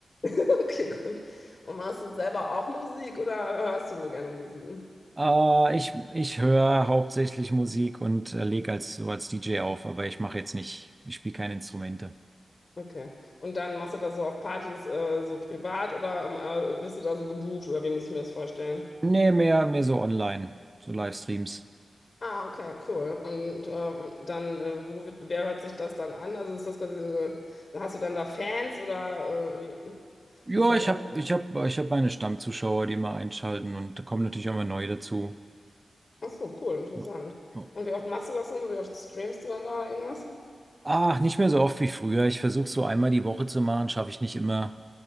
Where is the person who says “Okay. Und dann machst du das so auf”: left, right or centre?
Left